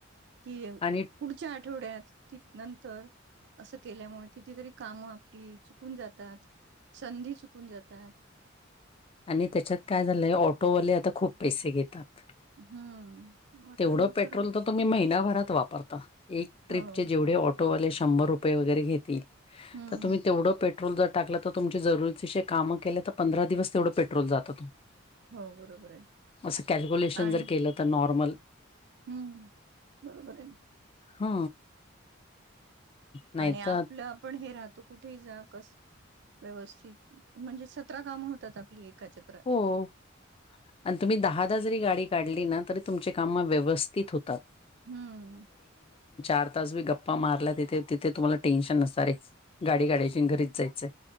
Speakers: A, on the right; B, on the left.
A: कि
B: आणि
A: पुढच्या आठवड्यात क नंतर असं केल्यामुळे कितीतरी कामं आपली चुकून जातात. संधी चुकून जातात
B: आणि त्याच्यात काय झालंय ऑटोवाले आता खूप पैसे घेतात
A: हम्म आ
B: तेवढं
A: तो नाही
B: पेट्रोल
A: करू
B: तर तुम्ही महिनाभरात वापरता एक ट्रिपचे
A: हो
B: जेवढे ऑटोवाले शंभर रुपये वगैरे घेतील
A: हम्म
B: तर तुम्ही तेवढं पेट्रोल जर टाकलं तर तुमची जरुरीती कामं केलं तर पंधरा दिवस तेवढ पेट्रोल जात
A: हो बरोबर आहे
B: अस कॅल्कुलेशन
A: आणि
B: जर केलं तर नॉर्मल
A: हम्म बरोबर आहे
B: हा नाही
A: आणि आपलं
B: तर
A: आपण हे राहतो कुठे जा कस व्यवस्थित म्हणजे सतरा काम होतात आपली एका चक्रात.
B: हो आणि तुम्ही दहा द जरी गाडी काढली ना जर तुमचे काम व्यवस्थित होतात.
A: हम्म.
B: आताच बी गप्पा मारला तिथे तथे तुम्हाला टेन्शन नसणार रे गाडी गाड्याची घरीच जायचंय